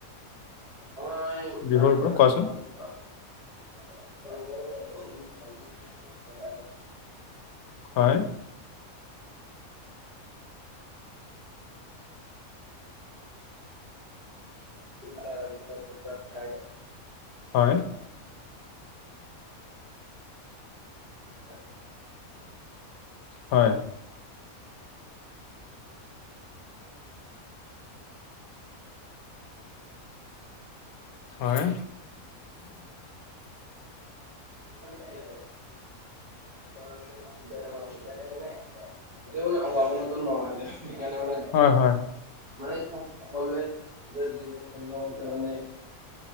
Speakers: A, on the right; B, on the left.
A: মই
B: বিহুৰ
A: নাই
B: ওপৰত কোৱাচোন
A: <inaudible> <inaudible> <inaudible>
B: হয়।
A: <inaudible>
B: হয়।
A: মই
B: হয়।
A: <inaudible>
B: হয়।
A: <inaudible> ধৰ মানে সুবিধাজনক সেইকাৰণে মানে <unintelligible> <unintelligible>
B: হয় হয়।
A: মানে সকলোৱে নিজৰ যি প্ৰচন্দমতে মানে